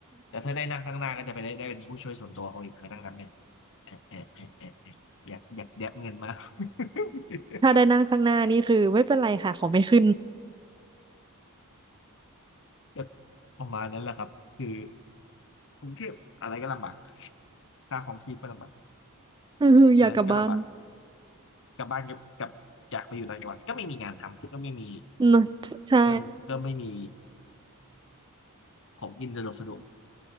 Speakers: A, on the left; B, on the right.
A: แล้วถ้าได้นั่งข้างหน้าก็จะไปได้ได้เป็นผู้ช่วยส่วนตัวเขาอีกมานั่งนับเงินแอะแอะแอะแอะแอะอยากอยากแดบเงินมาก <laughs>
B: ถ้าได้นั่งข้างหน้านี่คือไม่เป็นไรค่ะขอไม่ขึ้น
A: ก็ประมาณนั้นแหละครับคือกรุงเทพอะไรก็ลำบากค่าของชีพก็ลำบาก
B: <laughs> อืออยากกลับบ้าน
A: อันนั้นก็ลำบากกลับบ้านกับกับอยากไปอยู่ต่างจังหวัดก็ไม่มีงานทำก็ไม่มี
B: <laughs> นะใช่
A: มันก็ไม่มีของกินสะดวกสะดวก